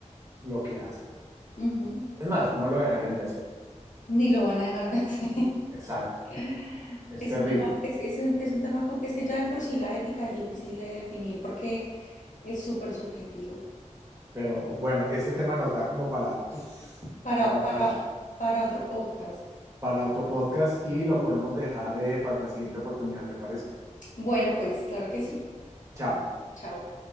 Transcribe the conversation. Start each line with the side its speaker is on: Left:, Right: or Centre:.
Right: lo que hacen.
Left: ujú.
Right: Es más, no lo dejarían de hacer.
Left: Ni lo van a dejar de hacer.
Right: Exacto,
Left: <laughs>
Right: es
Left: Es
Right: terrible.
Left: un tema, es que es un, es un tema, com- es que ya de por sí la ética es difícil de definir porque es súper subjetiva.
Right: Pero bueno, ese tema nos da como para,
Left: Para,
Right: como
Left: para,
Right: para,
Left: para otro podcast.
Right: para otro podcast y lo podemos dejar eh, para una siguiente oportunidad, ¿te parece?
Left: Bueno, pues claro que sí.
Right: Chao.
Left: Chao.